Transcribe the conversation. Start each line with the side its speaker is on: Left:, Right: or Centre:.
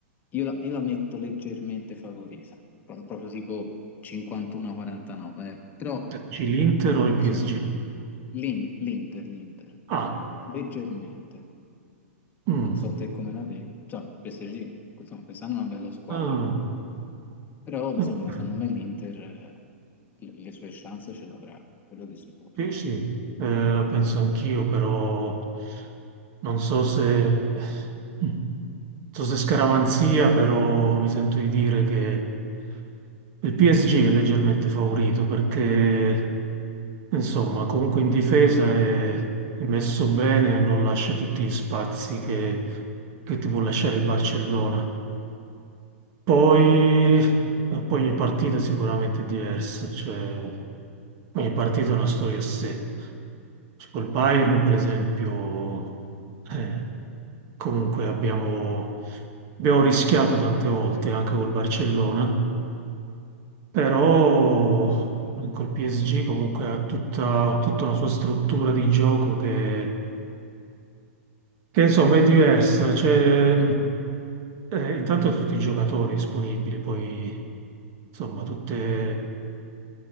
Left: io la, io la metto leggermente favorita, pro- proprio tipo 51-49, eh. Però
Right: Dici L'Inter o il
Left: insomma,
Right: PSG?
Left: l'In- l'Inter, l'Inter,
Right: Ah,
Left: leggermente
Right: mm,
Left: non so te come la vedi. Cioè, PSG, insomma, quest'anno è una bella squadra,
Right: ah,
Left: però insomma,
Right: eh,
Left: secondo me l'Inter eh, le le sue chance ce l'avrà, quello di sicuro,
Right: sì, sì, Eh, penso anch'io, però non so se, mm. non so se scaramanzia, però mi sento di dire che il PSG è leggermente favorito perché Insomma, comunque in difesa è messo bene e non lascia tutti gli spazi che, che ti può lasciare il Barcellona. Poi, eh, poi ogni partita sicuramente è diversa, cioè ogni partita ha una storia a sé. Cioè, col Bayern, per
Left: quello
Right: esempio,
Left: sì,
Right: eh, comunque abbiamo, abbiamo rischiato tante volte anche col Barcellona però
Left: assolutamente.
Right: col PSG comunque ha tutta, tutta una sua struttura di gioco che, che, insomma è diversa. C'è, eh, intanto tutti i giocatori disponibili, poi insomma tutte,